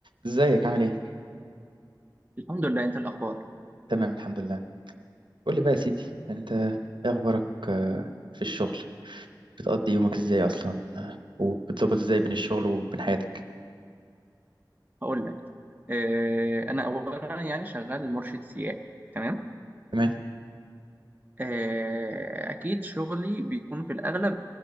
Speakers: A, on the right; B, on the right.
A: ازيك عامل ايه؟
B: الحمد لله انت الاخبار
A: تمام الحمد لله قول لي بقى يا سيدي انت ايه اخبارك آه، في الشغل بتقضي يومك ازاي اصلا آه، وبتظبط ازاي بين الشغل وبين حياتك
B: هقول لك اه انا اولا يعني شغال مرشد سياحي تمام
A: تمام
B: آه، أكيد شغلي بيكون في الأغلب